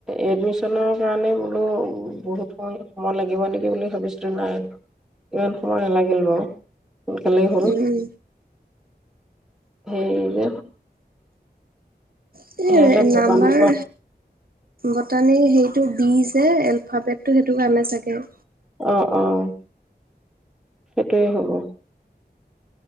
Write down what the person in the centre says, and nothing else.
এডমিশনৰ কাৰণে বোলো বহুত সময় সময় লাগিব নেকি বুলি ভাবিছিলোঁ নাই আৰু ইমান সময় নালাগিল বাৰু। সোনকালেই হ'ল।
সেই যে
সিহঁতে বটানীৰ
পৰা
অহ অহ <unintelligible>